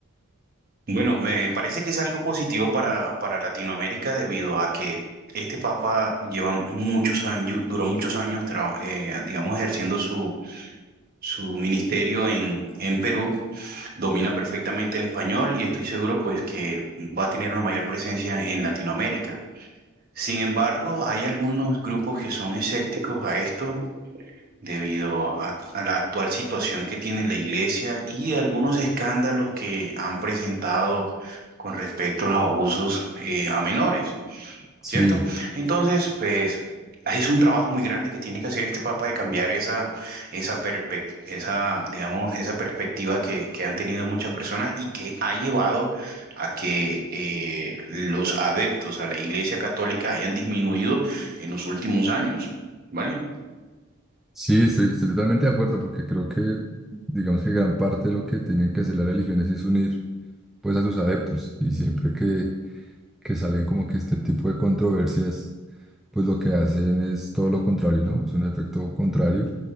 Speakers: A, on the right (about 40°); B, in the centre.
A: Bueno, me parece que es algo positivo para, para Latinoamérica debido a que este papa lleva muchos años, duró muchos años, tra- eh, digamos, ejerciendo su, su ministerio en, en Perú, domina perfectamente el español y estoy seguro pues que va a tener una mayor presencia en Latinoamérica. Sin embargo, hay algunos grupos que son escépticos a esto debido a, a la actual situación que tiene la iglesia y algunos escándalos que han presentado con respecto a los abusos eh, a menores,
B: Sí,
A: ¿cierto? Entonces, pues ahí es un trabajo muy grande que tiene que hacer este Papa de cambiar esa, esa, perspect- esa, digamos, esa perspectiva que, que, han tenido muchas personas y que ha llevado a que eh, los adeptos a la Iglesia Católica hayan disminuido en los últimos años, ¿vale?
B: sí, estoy, estoy totalmente de acuerdo porque creo que, digamos que gran parte de lo que tienen que hacer las religiones es unir pues a sus adeptos y siempre que, que salen como que este tipo de controversias, pues lo que hacen es todo lo contrario, ¿no? Es un efecto contrario.